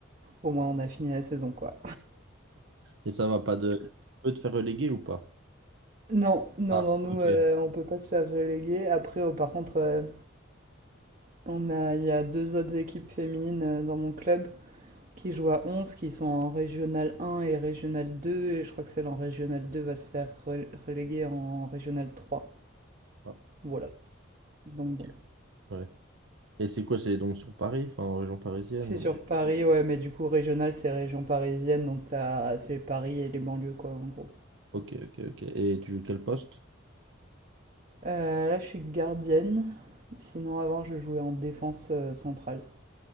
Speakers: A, on the right; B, on the right.
A: au moins on a fini la saison quoi.
B: Et ça va pas de... peut te faire reléguer ou pas?
A: Non, non,
B: Ah,
A: non, nous
B: ok.
A: euh, on peut pas se faire reléguer. Après, oh, par contre, euh, on a il y a deux autres équipes féminines euh, dans mon club qui jouent à 11, qui sont en Régional 1 et Régional 2. Et je crois que celle en Régional 2 va se faire rel- reléguer en Régional 3.
B: Ah,
A: Voilà. Donc
B: ok,
A: bon.
B: ouais. Et c'est quoi? C'est donc sur Paris, enfin en région parisienne
A: C'est
B: ou...
A: sur Paris, ouais, mais du coup, Régional, c'est région parisienne. Donc t'as, c'est Paris et les banlieues, quoi, en gros.
B: Ok, ok, ok. Et tu joues quel poste?
A: Euh, là, je suis gardienne. Sinon, avant, je jouais en défense euh, centrale.